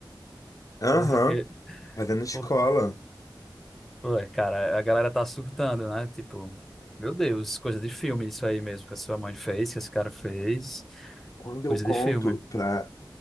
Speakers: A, on the left; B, in the centre.
A: Aham,
B: Porque,
A: fazendo escola.
B: por, ué, cara, a galera tá surtando, né? Tipo, meu Deus, coisa de filme isso aí mesmo que a sua mãe fez, que esse cara fez.
A: Quando eu
B: Coisa
A: conto
B: de filme.
A: pra.